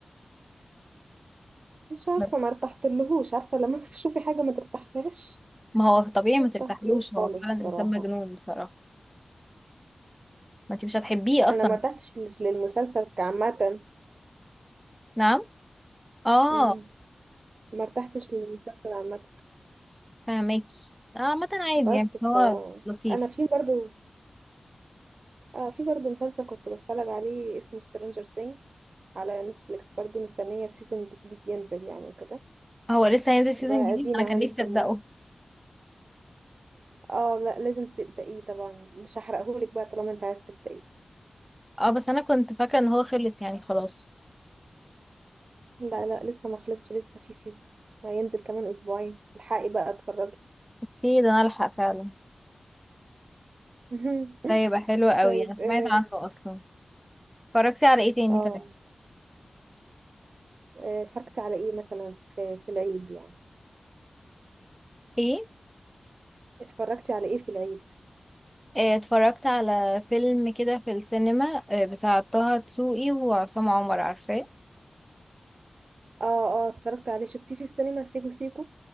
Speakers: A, on the right; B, in the centre.
A: مش عارفة
B: بس
A: ما ارتحتلهوش عارفة لما <laughs> تشوفي حاجة ما ترتاحلهاش
B: ما هو طبيعي
A: ما
B: ما
A: ارتحتلوش
B: ترتاحلوش هو
A: خالص
B: فعلا
A: بصراحة
B: انسان مجنون بصراحة ما انت مش هتحبيه
A: انا
B: اصلا
A: ما ارتحتش لل- للمسلسل كعامة
B: نعم اه
A: مم. ما ارتحتش للمسلسل عامة
B: فاهماكي اه عامة عادي
A: بس
B: يعني
A: ف
B: هو لطيف
A: انا في برضو آه في برضو مسلسل كنت بتفرج عليه اسمه Stranger Things على نتفليكس برضو مستنية سيزون جديد ينزل يعني وكده
B: هو لسه هينزل سيزون
A: وأدينا
B: جديد انا كان
A: اهو
B: نفسي
A: مستنية
B: ابدأه
A: اه لا لازم تبدأيه طبعا مش هحرقهولك بقى طالما انت عايز تبدأيه
B: اه بس انا كنت فاكرة ان هو خلص يعني خلاص
A: لا لا لسه ما خلصش لسه في سيزون ما ينزل كمان أسبوعين الحقي بقى اتفرجي
B: اوكي ده انا الحق فعلا
A: <laughs>
B: ده يبقى حلو قوي
A: طيب
B: انا
A: اه
B: سمعت عنه اصلا اتفرجتي على ايه تاني
A: آه،
B: طيب
A: آه، اتفرجتي على ايه مثلا في في العيد يعني
B: ايه
A: اتفرجتي على ايه في العيد
B: آه، اتفرجت على فيلم كده في السينما آه، بتاع طه دسوقي وعصام عمر عارفاه
A: اه اه اتفرجت عليه شفتيه في السينما سيكو سيكو